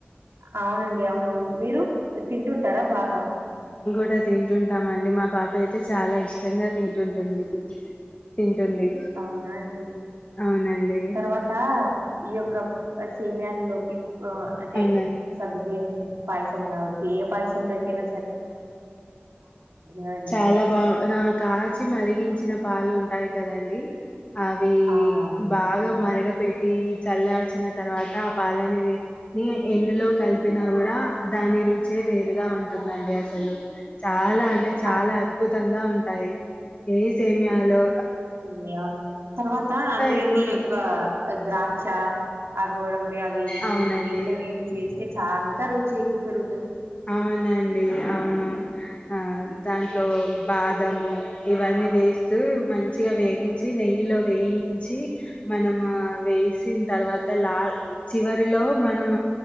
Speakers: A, on the right (about 90°); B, on the left (about 35°).
A: అవునండి అవును మీరు తింటుంటారా బాగా
B: క్క తింటుంటామండి మా పాప అయితే చాలా ఇష్టంగా తింటుంటుంది తింటుంది
A: అవునా అండి
B: అవునండి
A: తర్వాత ఈయొక్క సేమయాల్లోకి అంటే
B: అవునండి
A: సగుబియం పాయసం కావచ్చు ఏ పాయసంలోకైన కదండి
B: చాలా బా నా కాచి మరిగించిన పాలు ఉంటాయి కదండి అవి
A: అవునవునండి
B: బాగా మరగ పెట్టి చల్లార్చిన తర్వాత ఆ పాలనిని ఎందులో కలిపినా కూడా దాని రుచే వేరుగా ఉంటుందండి అ లు చాలా అంటే చాలా
A: ఆ!
B: అద్భుతం గా ఉంటాయి ఏ సేమయాలో
A: అవునండి అవును తర్వాత అందులోకి
B: ఎక్కువగా
A: యొక్క ద్రాక్ష ఆ గోడంబి అవి
B: అవునండి
A: నెయ్యిలో వేయించి ఏస్త సాంకా రుచి ఎక్కువ పెరుగు
B: అవునండి అవును ఆ దాంట్లో బాదము ఇవన్నీ వేస్తూ మంచిగా వేగించి నెయ్యిలో వేయించి మనము వేసిన తర్వాత లా చివరిలో మనం